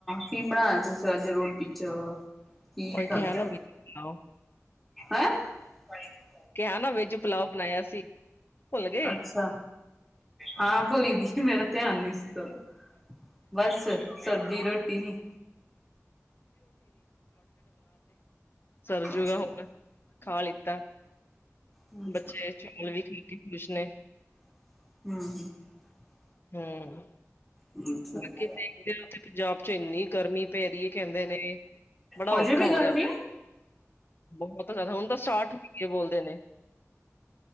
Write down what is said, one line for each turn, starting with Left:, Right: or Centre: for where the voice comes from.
Centre: ਕੀ ਬਣਾਇਆ ਤੁਸੀਂ ਅੱਜ ਰੋਟੀ ਚ ਕੀ
Left: ਉਹੀ
Centre: ਖਾਧਾ
Left: ਕਿਹਾ ਨਾ ਵੈਜ ਪੁਲਾਓ
Centre: <unintelligible>
Left: ਕਿਹਾ ਨਾ ਵੈਜ ਪਲਾਓ ਬਣਾਇਆ ਸੀ ਭੁੱਲ ਗਏ।
Centre: ਅੱਛਾ ਹਾਂ ਭੁੱਲ ਗਈ ਮੇਰਾ ਧਿਆਨ ਨੀ ਸੀ ਤੋਂ ਬਸ ਸਬਜ਼ੀ ਰੋਟੀ ਨੀ
Left: ਸਰਜੂ
Centre: ਅੱਛਾ।
Left: ਗਾ ਹੋਰ ਖਾ ਲਿੱਤਾ
Centre: ਹੂੰ
Left: ਬੱਚੇ ਚੋਲ ਵੀ ਖਾ ਕੇ ਖ਼ੁਸ਼ ਨੇ
Centre: <unintelligible>
Left: ਹਮ
Centre: ਅੱਛਾ
Left: ਬਾਕੀ
Centre: ਜੀ।
Left: ਦੇਖਦੇ ਹਾਂ ਪੰਜਾਬ ਚ ਇੰਨੀ ਗਰਮੀ ਪੈ ਰਹੀ ਹੈ ਜਾਂਦੇ ਨੇ ਬੜਾ
Centre: ਹੋਜੇ
Left: ਔਖਾ
Centre: ਵੀ
Left: ਹੋ
Centre: ਗਰਮੀ
Left: ਰਿਹਾ ਬਹੁਤ ਜ਼ਦਾ ਹੁਣ ਤਾਂ ਸਟਾਰਟ ਹੋਈ ਬੋਲਦੇ ਨੇ